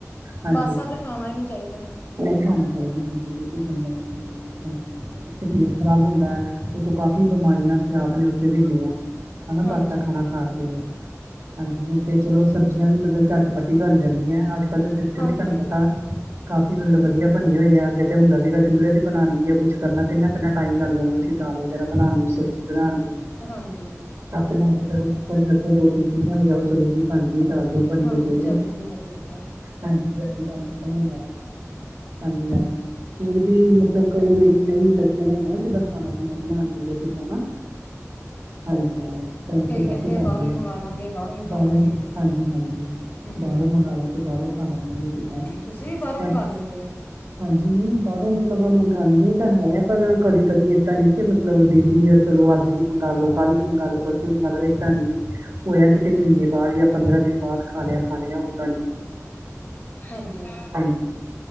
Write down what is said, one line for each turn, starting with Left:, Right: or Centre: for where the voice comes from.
Right: ਹਾਂਜੀ
Left: ਬਾਸਾ ਤੇ ਖਾਣਾ ਹੀ ਨਹੀਂ ਚਾਹੀਦਾ।
Right: ਨਹੀਂ ਖਾਣਾ ਚਾਹੀਦਾ ਹਾਂਜੀ ਬਿਲਕੁਲ ਸਹੀ ਗਲ <unintelligible> ਨਹੀਂ ਖਾਣਾ ਚਾਹੀਦਾ। ਤੇ ਪੇਟ ਖਰਾਬ ਹੁੰਦਾ ਹੈ, ਉਤੋ ਕਾਫ਼ੀ ਬਿਮਾਰੀਆਂ ਅਸੀਂ ਆਪਣੇ ਉੱਤੇ ਦਿੰਨੇ ਹਾਂ। ਹਨਾ ਬਾਸਾ
Left: ਹਾਂਜੀ
Right: ਖਾਣਾ ਖਾ ਕੇ, ਹਾਂਜੀ ਹੁਣ ਤੇ ਚਲੋ ਸਬਜ਼ੀਆਂ ਵੀ ਮਤਲਬ ਝੱਟ ਝੱਟੀ ਬਣ ਜਾਂਦੀ ਹੈ ਅੱਜ ਕੱਲ ਦਾ ਸਿਸਟਮ
Left: ਹਾਂਜੀ
Right: ਹੀ ਤੁਹਾਨੂੰ ਪਤਾ, ਕਾਫੀ ਮਤਲਬ
Left: ਹੂੰ
Right: ਵਧੀਆ ਬਣੇ ਹੋਏ ਆ ਅੱਗੇ ਤੇ ਹੁੰਦਾ ਸੀਗਾ ਚੁੱਲ੍ਹੇ ਤੇ ਬਣਾਉਣੀ ਆ ਕੁੱਛ ਕਰਨਾ ਕਿੰਨਾ-ਕਿੰਨਾ ਟਾਈਮ ਲੱਗ ਜਾਂਦਾ ਸੀ ਦਾਲ ਵਗੈਰਾ ਬਣਾਣ ਨੂੰ ਸਬਜ਼ੀ ਬਣਾਣ ਨੂੰ
Left: ਹਾਂਜੀ
Right: ਕਾਫੀ ਹੁਣ ਤੇ ਚਲੋ ਕੁੱਕਰ 'ਚ ਰੱਖੋ ਦੋ ਤਿੰਨ ਸੀਟੀਆਂ ਵਜਾਓ ਚਲੋ ਜੀ ਬਣਗੀ ਦਾਲ ਦੂਲ ਬਣ
Left: ਹਾਂਜੀ
Right: ਕੇ ਵਿਹਲੇ
Left: ਜਲਦੀ ਹੀ ਮੁੱਕ ਜਾਂਦਾ।
Right: ਹਾਂਜੀ ਜਲਦੀ ਕੰਮ ਖਤਮ ਹੋ ਜਾਂਦਾ ਹਾਂਜੀ, ਹਾਂਜੀ, ਫਿਰ ਵੀ ਮ ਮਤਲਬ <unintelligible> ਕਈ ਲੇਡੀਜ਼ ਵੀ ਇੰਨਟਸਟਡ ਹੈ ਜਿੱਦਾਂ ਖਾਣਾ ਖੁਣਾ ਬਣਾਉਂਦੀਆਂ ਕਿੱਦਾਂ ਨਾ ਹਾਂਜੀ, ਕਈ ਤੇ ਕਾਫੀ
Left: ਕਹਿੰਦੇ
Right: ਕਰਦੇ,
Left: ਆ ਬਾਹਰੋਂ ਹੀ ਮੰਗਾ ਲਾਂਗੇ ਬਾਹਰੋਂ ਹੀ ਖਾ
Right: ਬਾਹਰੋ,
Left: ਲਾਂਗੇ
Right: ਹਾਂਜੀ ਹਾਂਜੀ
Left: ਹੂੰ
Right: ਬਾਹਰੋਂ ਮੰਗਾ ਲੋ ਤੇ ਬਾਹਰੋਂ ਖਾ ਲੈਦੇ ਕਿੱਦਾਂ
Left: ਹੂੰ
Right: ਨੇ
Left: ਤੁਸੀਂ ਵੀ ਬਾਹਰੋਂ
Right: ਪ
Left: ਮੰਗਾ ਲੈਂਦੇ
Right: ਹਾਂਜੀ, ਨਹੀਂ ਬਾਹਰੋਂ ਮਤਲਬ ਮੰਗਾਂਦੇ ਤਾਂ ਹੈ, ਪਰ ਕਦੀ ਕਦੀ ਏਦਾਂ ਨਹੀਂ ਕਿ ਮਤਲਬ ਡੇਲੀ ਯਾ ਚਲੋਂ ਅੱਜ ਵੀ ਮੰਗਾ ਲੋ, ਕੱਲ ਵੀ ਮੰਗਾ ਲੋ, ਪਰਸੋਂ ਵੀ ਮੰਗਾ ਲੋ ਇਦਾਂ ਨੀ। ਹੋਇਆ ਕਿਤੇ
Left: ਹਾਂਜੀ
Right: ਮਹੀਨੇ ਬਾਅਦ ਜਾਂ ਪੰਦਰਾਂ ਦਿਨ ਬਾਅਦ ਖਾ ਲਿਆ ਖਾ ਲਿਆ ਉਦਾਂ ਨੀ।
Left: ਹਾਂਜੀ
Right: ਹਾਂਜੀ,